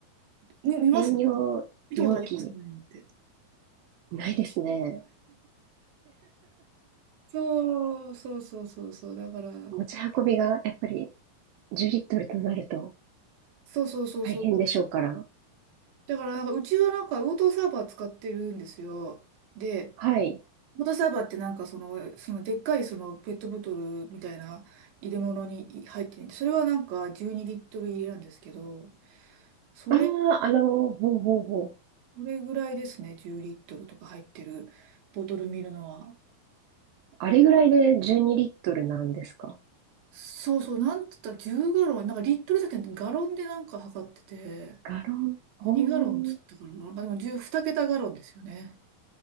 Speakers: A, on the right; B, on the right.
A: <laughs>
B: み、見ます
A: 専用容器
B: 見たことありますねって。
A: ないですね。
B: そうそうそうそうそう。だから、
A: 持ち運びがやっぱり10リットルとなると
B: そうそうそうそう。
A: 大変でしょうから。
B: だからなんかうちはなんかウォーターサーバー使ってるんですよ。で、
A: はい。
B: ウォーターサーバーってなんかその、そのでっかいそのペットボトルみたいな入れ物に入っていて、それはなんか12リットル入れなんですけど、それ、
A: ああ、あの、ほうほうほう。
B: それぐらいですね、10リットルとか入ってるボトル見るのは。
A: あれぐらいで12リットルなんですか。
B: そうそう、なんつったら10ガロン、なんかリットルじゃなくてガロンでなんか測ってて、
A: ガロン。ほ
B: 何ガロンっつったかな、
A: う。
B: なんかでも10、2桁ガロンですよね。